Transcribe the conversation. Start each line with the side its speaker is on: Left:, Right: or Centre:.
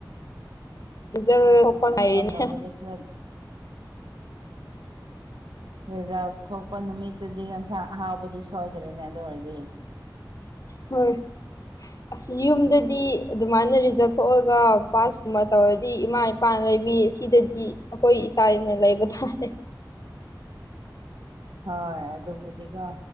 Left: ꯖ
Right: ꯑꯣ
Left: ꯑꯣꯄ ꯉꯅꯤ
Right: ꯑꯦꯛꯖꯥꯝ <inaudible> ꯔꯤꯖꯥ ꯊꯣꯛꯄ ꯅꯨꯃꯤꯠꯇꯗꯤ ꯉꯟꯁꯥꯡ ꯑꯍꯥꯎꯕꯗꯤ ꯁꯣꯏꯗ꯭ꯔꯦꯅꯦ ꯑꯗꯨ ꯑꯣꯏꯔꯗꯤ
Left: ꯍꯣꯏ ꯑꯁ ꯌꯨꯝꯗꯗꯤ ꯑꯗꯨꯃꯥꯏꯅ ꯔꯤꯖꯥꯕ ꯊꯣꯛꯑꯒ ꯄꯥꯁꯀꯨꯝꯕ ꯇꯧꯔꯗꯤ ꯏꯃꯥ ꯏꯄꯥ <unintelligible> ꯂꯩꯕꯤ ꯁꯤꯗꯗꯤ ꯑꯩꯈꯣꯏ ꯏꯆꯥꯅ ꯂꯩꯕ ꯇꯥꯔꯦ
Right: ꯍꯣꯏ ꯑꯗꯨꯕꯨꯗꯤꯀꯣ